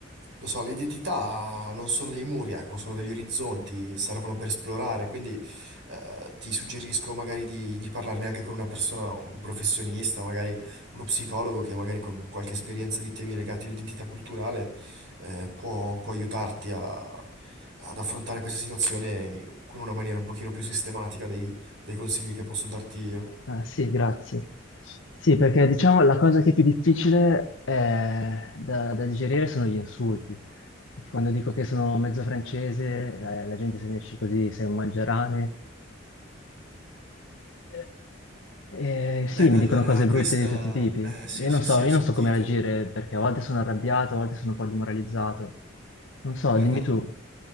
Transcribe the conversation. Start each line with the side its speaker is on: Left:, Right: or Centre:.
Right: lo so, le identità non sono dei muri, ecco, sono degli orizzonti, servono per esplorare, quindi eh, ti suggerisco magari di, di parlarne anche con una persona, un professionista, magari uno psicologo che magari con qualche esperienza di temi legati all'identità culturale eh, può, può aiutarti ad affrontare questa situazione con una maniera un pochino più sistematica dei, dei consigli che posso darti io.
Left: Ah, sì, grazie. Sì, perché diciamo la cosa che è più difficile è- da, da digerire sono gli insulti. Perché quando dico che sono mezzo francese, la, la gente se ne esce così, sei un mangiarane, Eh, eh,
Right: Beh,
Left: sì, mi
Right: allora,
Left: dicono cose
Right: questa...
Left: brutte di tutti i tipi.
Right: eh, sì,
Left: Io
Right: sì,
Left: non so,
Right: sì, ho
Left: io
Right: sentito.
Left: non so come reagire perché a volte sono arrabbiato, a volte sono un po' demoralizzato. Non so,
Right: Guarda,
Left: dimmi tu.